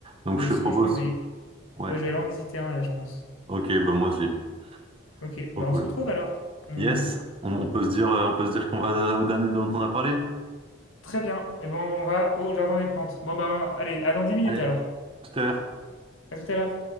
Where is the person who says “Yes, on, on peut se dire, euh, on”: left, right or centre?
Right